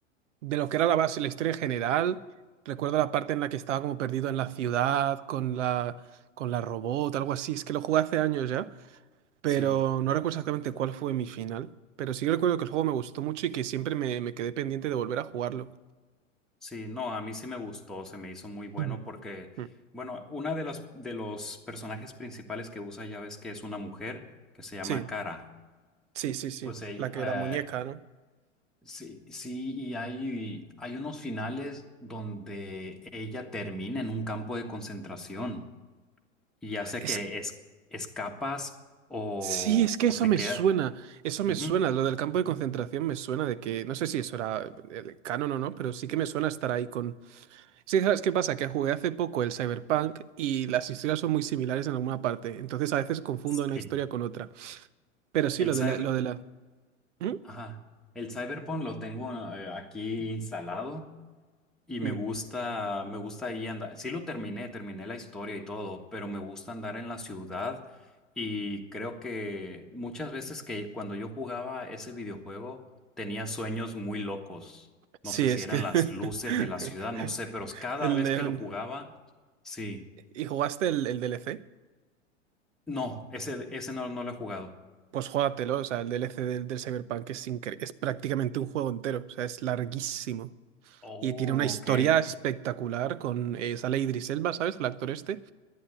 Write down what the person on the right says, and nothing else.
de lo que era la base, la historia en general. Recuerdo la parte en la que estaba como perdido en la ciudad con la, con la robot, algo así. Es que lo jugué hace años ya, pero
no recuerdo exactamente cuál fue mi final. Pero sí que recuerdo que el juego me gustó mucho y que siempre me, me quedé pendiente de volver a jugarlo.
Mm.
Mm.
Sí,
sí, sí, sí.
La que la muñeca,
¿no?
Es,
sí, es que
eso
me
suena. Eso
me suena. Lo del campo de concentración me suena de que. No sé si eso era el canon o no, pero sí que me suena estar ahí con, Sí, ¿sabes qué pasa? Que jugué hace poco el Cyberpunk y las historias son muy similares en alguna parte. Entonces a veces confundo
una historia con otra. Pero sí,
lo
de la, lo de la. ¿Mm?
Mm.
Sí,
es
que <laughs>
el
neón.
¿Y jugaste el, el DLC?
Pues júgatelo, o sea, el DLC del, del Cyberpunk es, incre- es prácticamente un juego entero, o sea, es larguísimo.
Y tiene una historia
espectacular con... eh, sale Idris Elba, ¿sabes? El actor este.